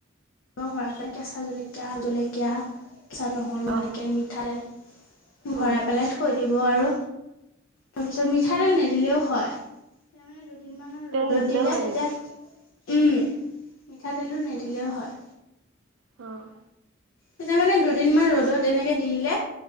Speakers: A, on the left; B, on the right.
A: ভৰাই পেলাই, কেচা জলকীয়া, <unintelligible> জলকীয়া, কেঁচা নহৰু,
B: অ
A: এনেকে মিঠাতেল।
B: উম
A: ভৰাই পেলাই থ থৈ দিব আৰু, তাৰপিছত মিঠাতেল নিদিলেও হয় দুদিনমানৰ
B: তেল
A: ৰ'দত
B: নিদিলেও
A: দিলে
B: হয়
A: তেতিয়া,
B: নেকি
A: উম মিঠাতেলটো নিদিলেও হয়।
B: অ'।
A: তেতিয়া মানে, দুদিনমান ৰ'দত এনেকে দিলে,